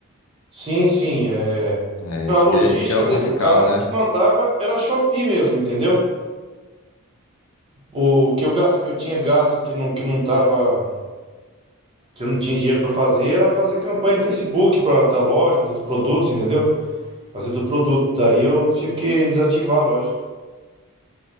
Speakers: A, on the right; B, on the left.
A: Sim, sim. É...
B: É,
A: Não,
B: isso
A: a logística
B: que é, isso que é o complicado,
A: daí, no caso,
B: né?
A: que mandava era a Shopee mesmo, entendeu? O que eu gasto, que eu tinha gasto, que não, que não tava, que eu não tinha dinheiro para fazer, era fazer campanha no Facebook pra, da loja, dos produtos, entendeu? Fazer do produto. Daí eu tive que desativar a loja.